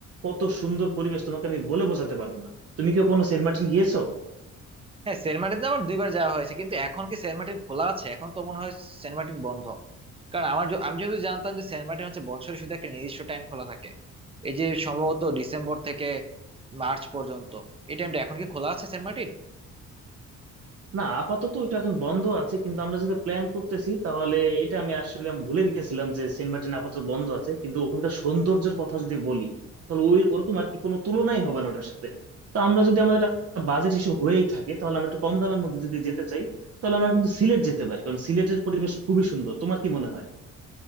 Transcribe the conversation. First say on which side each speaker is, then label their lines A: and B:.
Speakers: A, on the right (about 55°); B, on the right (about 20°).
A: কত সুন্দর পরিবেশ তোমাকে আমি বলে বোঝাতে পারবো না তুমি কি কোনো সেন্ট মার্টিন গিয়েছো
B: হ্যাঁ সেন্ট মার্টিন আমার দুইবার যাওয়া হয়েছে কিন্তু এখন কি সেন্ট মার্টিন খোলা আছে এখন তো মনে হয় সেন্ট মার্টিন বন্ধ কারণ আমার য- আমি যদি জানতাম যে সেন্ট মার্টিন হচ্ছে বছরে শুধু একটা নির্দিষ্ট টাইম খোলা থাকে এই যে সম্ভবত ডিসেম্বর থেকে মার্চ পর্যন্ত এই টাইমটা এখন কি খোলা আছে সেন্ট মার্টিন
A: না আপাতত এটা এখন বন্ধ আছে কিন্তু আমরা যেটা প্ল্যান করতেছি তাহলে এটা আমি আসলে আমি ভুলে গেছিলাম যে সেন্ট মার্টিন আপাতত বন্ধ আছে কিন্তু ওখানকার সৌন্দর্যের কথা যদি বলি তাহলে ওই ওরকম আর কি কোনো তুলনাই হবে না ওটার সাথে তো আমরা যদি আমাদের বাজেট ইস্যু হয়েই থাকে তাহলে আমরা একটু কম দামের মধ্যে যদি যেতে চাই তাহলে আমরা কিন্তু সিলেট যেতে পারি কারণ সিলেটের পরিবেশ খুবই সুন্দর তোমার কি মনে হয়